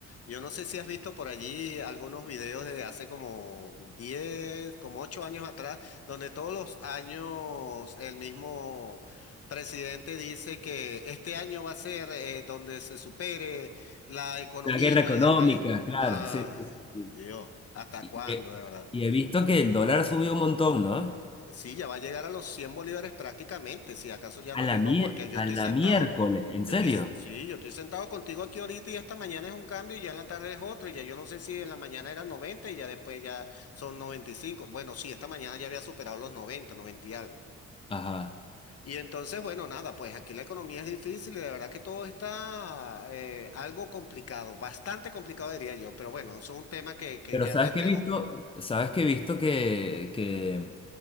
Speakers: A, on the left; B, on the left.
A: Yo no sé si has visto por allí algunos videos de hace como 10, como 8 años atrás, donde todos los años el mismo presidente dice que este año va a ser eh, donde se supere la economía
B: La guerra económica,
A: en el país.
B: claro,
A: Ay,
B: sí. sí, sí.
A: Dios, ¿hasta
B: Y,
A: cuándo,
B: y he
A: de verdad?
B: y he visto que el dólar ha subido un montón, ¿no?
A: Sí, ya va a llegar a los 100 bolívares prácticamente, si acaso ya no
B: A
A: llegó,
B: la, mie-
A: porque yo
B: a
A: estoy
B: la
A: sentado,
B: miércoles, ¿en serio?
A: yo estoy, sí, yo estoy sentado contigo aquí ahorita y esta mañana es un cambio y ya en la tarde es otro, y ya yo no sé si en la mañana era noventa y ya después ya son 95. Bueno, sí, esta mañana ya había superado los 90, 90 y algo.
B: Ajá.
A: Y entonces, bueno, nada, pues aquí la economía es difícil y de verdad que todo está eh, algo complicado, bastante complicado diría yo, pero bueno, eso es un tema que, que
B: Pero
A: ya
B: sabes
A: tendremos.
B: que he visto, sabes que he visto que, que,